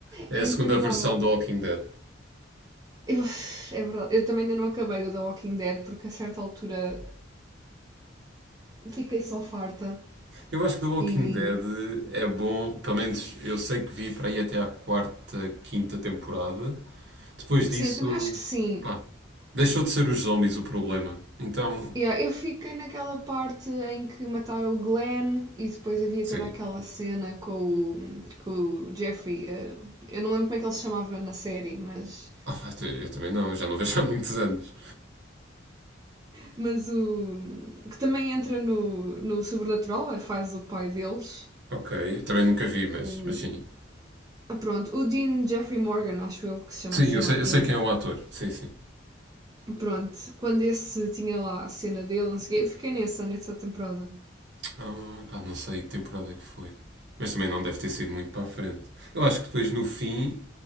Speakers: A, on the right; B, on the right.
A: É
B: É
A: a segunda
B: interminável.
A: versão do Walking Dead.
B: Eu, é verdade, eu também ainda não acabei o The Walking Dead porque a certa altura fiquei só farta
A: Eu acho que The Walking
B: e
A: Dead é bom, pelo menos eu sei que vi para aí até à quarta, quinta temporada. Depois
B: sim,
A: disso,
B: eu também acho que sim.
A: pá, deixou de ser os zombies o problema. Então,
B: Yeah, eu fiquei naquela parte em que mataram o Glenn e depois havia
A: sim.
B: toda aquela cena com o, com o Jeffrey. uh, eu não lembro como é que ele se chamava na série, mas,
A: Ah, pá, eu também não, eu já não vejo há muitos anos.
B: mas o. que também entra no, no Sobrenatural, é, faz o pai deles.
A: Ok, também nunca vi, mas,
B: O,
A: mas sim.
B: ah, pronto, o Dean Jeffrey Morgan, acho eu que se chama
A: Sim,
B: assim
A: eu
B: o
A: sei,
B: ator.
A: eu sei quem é o ator. Sim, sim.
B: Pronto, quando esse tinha lá a cena dele, não sei o quê, eu fiquei nessa, nessa temporada.
A: Ah, pá, não sei que temporada é que foi. Mas também não deve ter sido muito para a frente. Eu acho que depois, no fim,